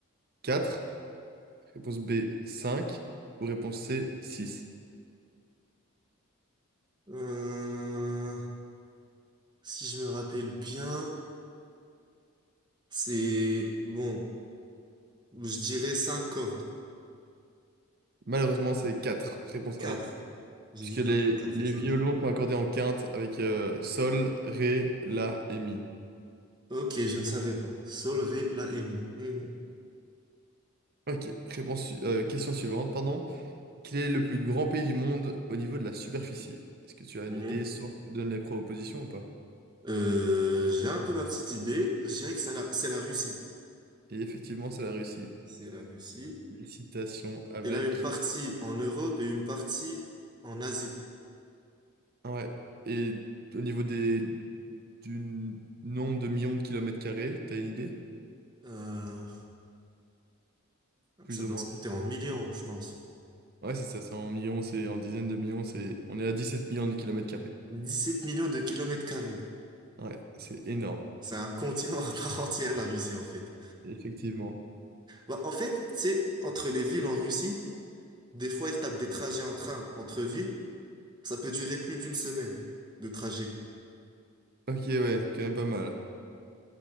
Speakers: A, on the right; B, on the right.
A: 4. Réponse B, cinq Ou réponse C, 6.
B: Euh, Si je me rappelle bien, c'est bon, je dirais 5 cordes.
A: Malheureusement, c'est quatre. Réponse
B: quatre.
A: A.
B: J'hésite
A: Puisque les,
B: entre quatre
A: les
B: et 5.
A: violons sont accordés en quinte avec euh, sol, ré, la et mi.
B: Ok, je ne savais pas. Sol, Ré, La et Mi. Mhm.
A: Ok, réponse, su- euh, question suivante, pardon. Quel est le plus grand pays du monde au niveau de la superficie? Est-ce que tu as
B: Mhm.
A: une idée sans que je te donne les propositions ou pas?
B: Euh, j'ai un peu ma petite idée. Je dirais que c'est la, c'est la Russie.
A: Et effectivement, c'est la Russie.
B: C'est la Russie.
A: Félicitations avec...
B: Elle a une partie en Europe et une partie en Asie.
A: Ah ouais. Et au niveau des, du nombre de millions de kilomètres carrés, t'as une idée?
B: Euh,
A: Plus
B: ça doit
A: ou moins.
B: se compter en millions, je pense.
A: Ouais, c'est ça, c'est en millions, c'est en dizaines de millions, c'est... On est à 17 millions de kilomètres carrés.
B: Dix-sept millions de kilomètres carrés.
A: Ouais, c'est énorme,
B: C'est un continent <laughs> à part entière, la Russie, en fait.
A: effectivement.
B: Bah, en fait, c'est entre les villes en Russie, Des fois, ils tapent des trajets en train entre villes. Ça peut durer plus d'une semaine de trajet.
A: Ok, ouais, quand même pas mal.